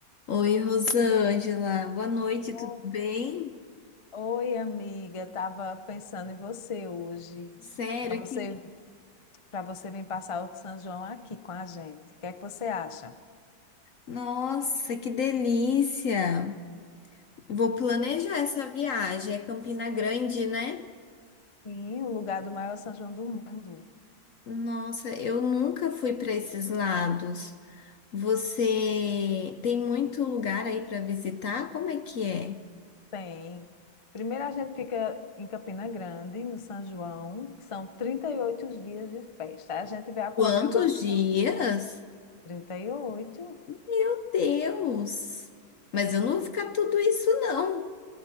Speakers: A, on the left (about 60°); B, on the left (about 40°).
A: Oi, Rosângela. Boa noite,
B: Oi,
A: tudo bem?
B: Oi, amiga, tava pensando em você hoje,
A: Sério,
B: para você,
A: que
B: para você vir passar o São João aqui com a gente. O que é que você acha?
A: Nossa, que delícia! Vou planejar essa viagem. É Campina Grande, né?
B: Sim, o lugar do maior São João do mundo.
A: Nossa, eu nunca fui para esses lados. Você tem muito lugar aí para visitar? Como é que é?
B: Tem. Primeiro a gente fica em Campina Grande, no São João, que são 38 dias de festa. A gente vê a programação.
A: Quantos dias?
B: trinta e oito?
A: Meu Deus! Mas eu não vou ficar tudo isso, não.